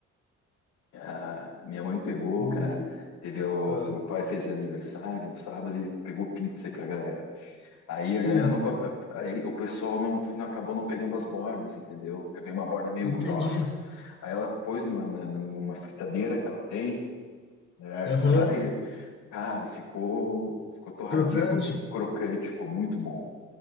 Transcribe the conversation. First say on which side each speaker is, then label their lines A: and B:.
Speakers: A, on the left; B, on the left.
A: Ah, minha mãe pegou,
B: O,
A: cara, teve o
B: ah,
A: meu pai fez aniversário no sábado, ele pegou pizza aí pra galera. Aí
B: sim,
A: a galera não. co- Aí o pessoal não, não acabou não pegando as bordas, entendeu? Aí Vem uma borda meio
B: entendi.
A: grossa, aí ela pôs numa, na- numa fritadeira que ela tem, né, air
B: Aham.
A: fryer. Cara, ficou, ficou torradinho,
B: Crocante?
A: ficou crocante, ficou muito bom.